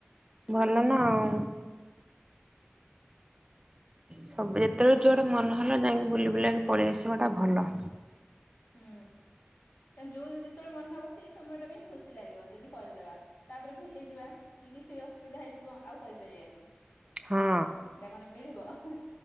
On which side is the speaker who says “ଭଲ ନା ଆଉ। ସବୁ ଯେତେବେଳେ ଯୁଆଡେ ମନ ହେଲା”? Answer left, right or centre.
Right